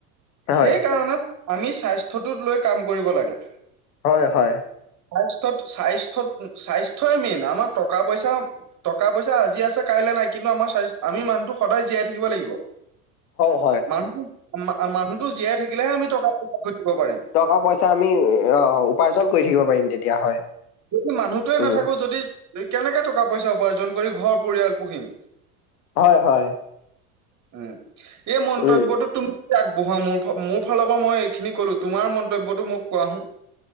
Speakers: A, on the left; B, on the right.
A: হয়,
B: সেই কাৰণে আমি স্বাস্থ্যটোত লৈ কাম কৰিব লাগে
A: হয় হয়
B: স্বাস্থ্্যত স্বাস্থ্্যত স্বাস্থ্য়ই মেইন আমাৰ টকা পইচা টকা পইচা আজি আছে কাইলৈ নাই কিন্তু আমাৰ আমি মানুহটো সদায় জীয়াই থাকিব লাগিব
A: হয়
B: মানুহ মানুহতো জীয়াই থাকিলেহে আমি টকা পচ দিব পাৰিম
A: টকা পইচা আমি অ উপাৰ্জন কৰি থাকিব পাৰিম তেতিয়া হয়
B: যদি মানুহটোৱে
A: উম,
B: নাথাকো যদি কেনেকে টকা পইচা উপাৰ্জন কৰি ঘৰ পৰিয়াল পুহিম
A: হয় হয়
B: উম এই মন্তব্যটো
A: উম,
B: তুমি আগবঢ়া মোৰ মোৰ ফালৰ পৰা মই এইখিনি কলো তোমাৰ মন্তব্যটো মোক কোৱা হো